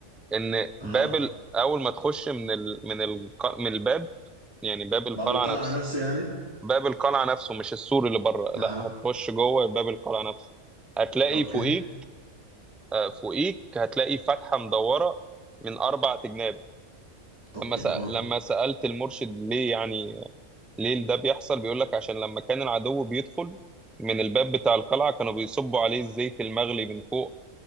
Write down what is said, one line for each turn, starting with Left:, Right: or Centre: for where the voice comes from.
Centre: ان
Right: اها
Centre: باب ال- اول ما تخش من ال من ال من الباب يعني باب القلعه
Right: باب القلعة
Centre: نفسه
Right: نفسه يعني
Centre: باب القلعه نفسه مش السور اللي بره
Right: اها
Centre: لا هتخش جوه باب القلعه نفسه هتلاقي
Right: اوكي
Centre: فوقيك آه، فوقيك هتلاقي فتحه مدوره من اربع تجناب
Right: اوكي
Centre: لما سأ...
Right: تمام
Centre: لما سألت المرشد ليه يعني ليه ده بيحصل بيقول لك عشان لما كان العدو بيدخل من الباب بتاع القلعة كانوا بيصبوا عليه الزيت المغلي من فوق